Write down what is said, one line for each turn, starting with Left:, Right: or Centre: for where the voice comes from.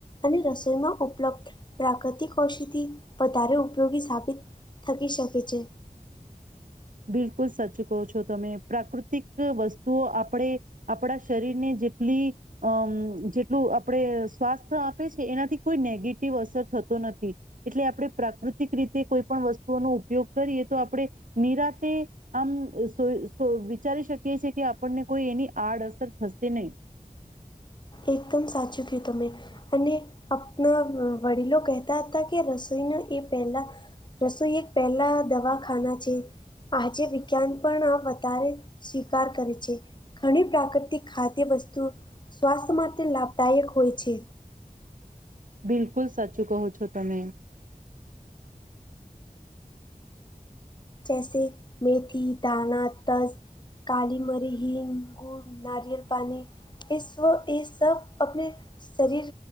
Left: અને રસોઈમાં ઉપલબ્ધ પ્રાકૃતિક ઔષધિ વધારે ઉપયોગી સાબિત. થકી શકે છે.
Right: બિલકુલ સાચું કહો છો તમે પ્રાકૃતિક વસ્તુઓ આપણે. આપણા શરીર ને જેટલી અમ જેટલું આપણે સ્વાસ્થ્ય આપે છે એનાથી કોઈ નેગેટિવ અસર થતો નથી. એટલે આપણે પ્રાકૃતિક રીતે કોઈ પણ વસ્તુઓનો ઉપયોગ કરીએ તો આપણે નિરાતે. આમ સો સો ઈ વિચારી શકીએ છી કે આપણને કોઈ એની આડઅસર થશે નહી
Left: એકદમ સાચું કયું ત મે અને અપણા વડીલો કહેતા હતા કે રસોઈના એ પહેલા રસોઈ એક પહેલા દવાખાના છે. આજે વિજ્ઞાન પણ આ વધારે સ્વીકાર કરે છે. ઘણી પ્રાકૃતિક ખાદ્ય વસ્તુ સ્વાસ્થ્ય માટે લાભદાયક હોય છે.
Right: બિલકુલ સાચું કહો છો તમે.
Left: જૈસે મેથી દાણા તજ કાલી મરી હિંગ ગુળ નારિયલ પાણી. એ એ સબ આપણે શરીર